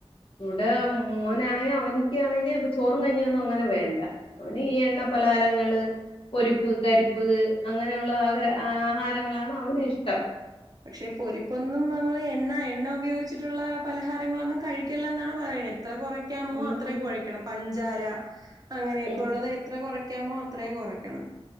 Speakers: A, on the left (about 60°); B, on the right (about 40°).
A: ഇവിടെ മോനാണെങ്കി അവനിക്കാണെങ്കി ചോറും കഞ്ഞിയൊന്നും അങ്ങനെ വേണ്ടാ അവനീ എണ്ണ പലാരങ്ങള് പൊരിപ്പ് കരിപ്പ് അങ്ങനെയുള്ള ആഗ്ര ആഹാരങ്ങളാണ് അവന് ഇഷ്ട്ടം
B: പക്ഷെ പൊരിപ്പൊന്നും നമ്മള് എണ്ണ എണ്ണ ഉപയോഗിച്ചിട്ടുള്ള പലഹാരങ്ങളൊന്നും കഴിക് ക്കെല്ലെന്നാണ് പറയുന്നെ എത്ര കൊറ ക്കാമോ
A: ഉം
B: അത്രേം കൊഴക്കണം പഞ്ചാര അങ്ങനെയൊക്കെ
A: ഉം
B: ഒള്ളത് എത്ര കൊറക് ക്കാമോ അത്രയും കൊറയ്ക്കണം